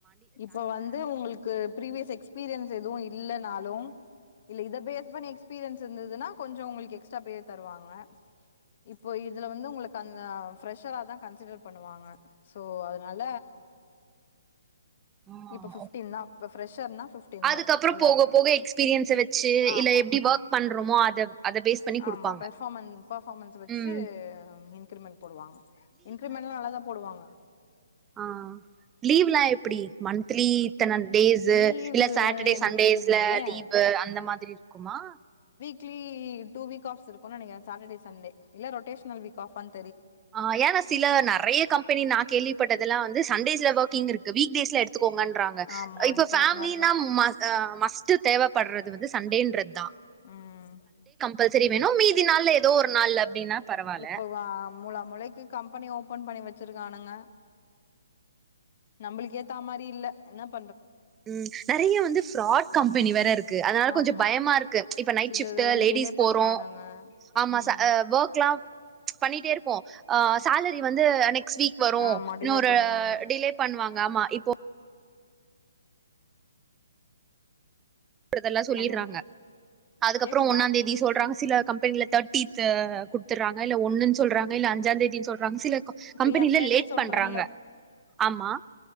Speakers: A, on the left; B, on the right.
A: இப்ப வந்து உங்களுக்கு ப்ரிவியஸ் எக்ஸ்பீரியன்ஸ் எதுவு இல்லனாலு இல்ல இத பேஸ் பண்ணி எக்ஸ்பீரியன்ஸ் இருந்ததுன்னா கொஞ்சோ உங்களுக்கு எக்ஸ்ட்ரா பே தருவாங்க இப்போ இதுல வந்து உங்களுக் கங்க ஃப்ரெஷரா தா கன்சிடர் பண்ணுவாங்க சோ அதனால
B: ஆ
A: இப்ப ஃபிப்டீன்
B: ஓ
A: தா பப் ப்ரெஷர்னா ஃபிப்டீன்
B: அதுக்கப்புறம்
A: தான் எல்லாருக்கும்
B: போக போக எக்ஸ்பீரியன்ஸ வச்சு
A: ஆமா
B: இல்ல எப்டி வொர்க் பண்றோமோ அத அத பேஸ் பண்ணி குடுப்பாங்க.
A: ஆமா பெர்ஃபார்மன் பர்ஃபார்மன்ஸ்ஸ வச்சு
B: ம்.
A: இன்கிரிமென்ட் போடுவாங்க இன்கிரிமெண்ட்லாம் நல்ல தான் போடுவாங்க
B: ஆஹ் லீவ்லாம் எப்படி மந்த்லி இத்தன டேஸ்ஸு
A: லீவு
B: இல்ல சாட்டர்டே
A: எனக்கு
B: சண்டேஸ்ல
A: தெரியலீங்களே
B: லீவு அந் இந்த மாதிரி இருக் கும்மா
A: க்ளி டூ வீக் ஆஃப்ஸ் இருக்கும் நெனைக்கறேன் சாட்டர்டே சண்டே இல்ல ரொட்டேஷனல் வீக் ஆஃப் ஆனு
B: ஆஹ் ஏன்னா சில நெறைய கம்பெனி நான் கேள்விப்பட்டதெல்லாம் வந் து சண்டேஸ்ல வர்க்கிங் இருக்கு வீக்டேஸ்ல எடுத் துக்கோங்கன்றாங்க
A: ஆமா
B: இப்ப ஃபேமிலினா
A: அது மாரிதா
B: ம அஹ் மஸ்ட்டு தேவப்படுறது அது வந்து சண்டேன்றது
A: உம்
B: பல்சரி வேணும் மீ தி நாள்ல ஏதோ ஒரு நாள்ல அப்டின்னா பரவால்ல
A: இப்ப வா முலா முளைக்கு கம்பெனி ஓபன் பண்ணி வெச்சிருக்கானுங்க நம்பளுக்கு ஏத்தா மாரி இல்ல என்னப்
B: உம் நெறைய வந்து ஃப்ராட் கம்பெனி வேற இருக்கு அதனால
A: ஆமா
B: கொஞ்சம் பயமா இருக்கு இப்ப நைட்
A: சிலது
B: ஷிப்ட்டு
A: வந்து
B: லேடிஸ்
A: டிலே
B: போறோம்
A: பண்ணுவானுங்க
B: ஆமா
A: ம்
B: ஸ அஹ் வர்க்லாம் பண்ணிட்டே இருப்போம் ஆ சேலரி வந்து அன்னைக் நெக்ஸ்ட் வீக் வரும்
A: ஆமா டிலே
B: இன்னொரு
A: பண்ணுவானுங்க
B: டிலே பண்ணுவாங்க ஆமா இப்போ க்கறதெல்லாம் சொல்லிட்றாங்க
A: ஹலோ
B: அதுக்கப்புறம்
A: கேக்குதா
B: ஒன்னாந் தேதி சொல்றாங்க சில கம்பெனில தேர்ட்டித்து குடுத்துடுறாங்க இல்ல ஒன்னுன்னு சொல்றாங்க இல்ல அஞ்சாந் தேதினு சொல் ரம் சில
A: இப்ப
B: கம்பெனில
A: என் ஃப்ரெண்டு
B: லேட்
A: சொல்றேன்ல
B: பண்றாங்க ஆமா